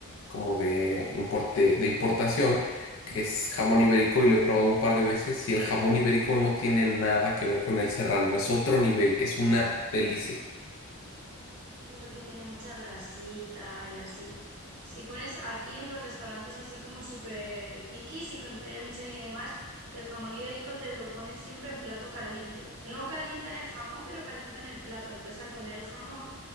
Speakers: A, on the left; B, on the right.
A: como de, importe, de importación, que es jamón ibérico y lo he probado un par de veces y el jamón ibérico no tiene nada que ver con el serrano, es otro nivel, es una delicia.
B: Sí, porque tiene mucha grasita y así. Si pones aquí en los restaurantes así como súper piquis y con estrella Michelin y demás, el jamón ibérico te lo ponen siempre en plato caliente. No calientan el jamón, pero calientan el plato. Entonces al poner el jamón,